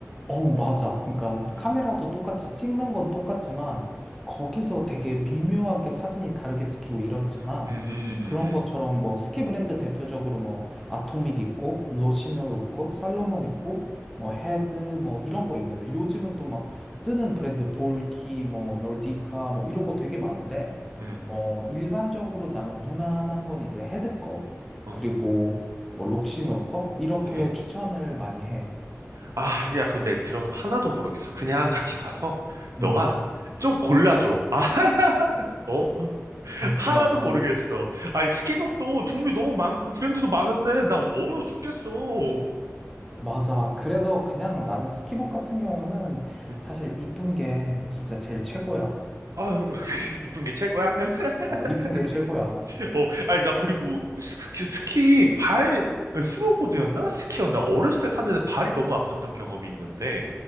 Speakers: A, in the centre; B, on the right (about 85°).
A: 어, 맞아. 그러니까
B: 음,
A: 카메라도 똑같이 찍는 건 똑같지만 거기서 되게 미묘하게 사진이 다르게 찍히고 이렇잖아.
B: 음, 음, 음, 음,
A: 그런
B: 음,
A: 것처럼 뭐 스키 브랜드 대표적으로 뭐 아토믹 있고 로시노 있고 살로몬 있고 뭐 헤드 뭐 이런 거 있는데 요즘은 또 막 뜨는 브랜드 볼키 뭐 놀디카 뭐 이런 거 되게 많은데
B: 음,
A: 어 일반적으로 나는 무난한 건 이제 헤드 거
B: 어,
A: 그리고 뭐 록시놀 거 이렇게
B: 어?
A: 추천을 많이 해.
B: 아, 야, 근데 들어도 하나도 모르겠어. 그냥 같이 가서 너가
A: 음.
B: 좀 골라줘. 아, 어?
A: 맞지,
B: 하나도
A: 맞지.
B: 모르겠어. 아니, 스키북도 종류 너무 많고 브랜드도 많은데 나 어려워 죽겠어.
A: 맞아. 그래서 그냥 나는 스키복 같은 경우는
B: 음.
A: 사실 이쁜 게 진짜 제일 최고야.
B: 아, <laughs> 이쁜 게 최고야. <laughs>
A: 어, 이쁜 게 최고야.
B: 어, 아니, 나 그리고 스키, 스키 발, 어, 스노보드였나? 스키였나? 어렸을 때 탔는데 발이 너무 아팠던 경험이 있는데,